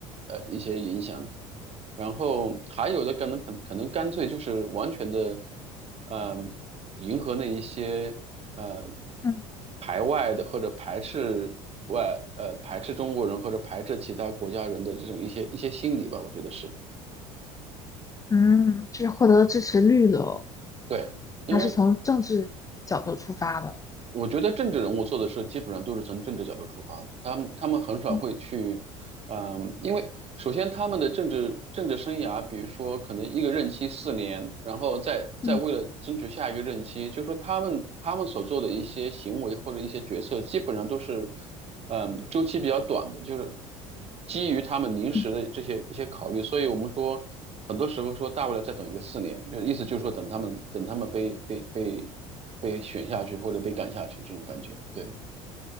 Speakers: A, on the right (about 40°); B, on the left (about 20°).
A: 呃一些影响。然后还有的可能可可能干脆就是完全的，嗯、迎合那一些呃
B: 嗯
A: 排外的或者排斥外呃排斥中国人或者排斥其他国家人的这种一些一些心理吧，我觉得是
B: 嗯就是获得支持率的哦，
A: 对。因为。
B: 它是从政治角度出发的。
A: 我觉得政治人物做的事基本上都是从政治角度出发的，他们他们很少会去，
B: 嗯
A: 嗯，因为首先他们的政治政治生涯，比如说可能一个任期四年，然后再再为了争取下一个任期，
B: 嗯
A: 就是说他们他们所做的一些行为或者一些决策，基本上都是，嗯，周期比较短的，就是基于他们临时的这些一些考虑，
B: 嗯。
A: 所以我们说很多时候说大不了再等一个四年，就意思就是说等他们等他们被被被被选下去或者被赶下去这种感觉。对，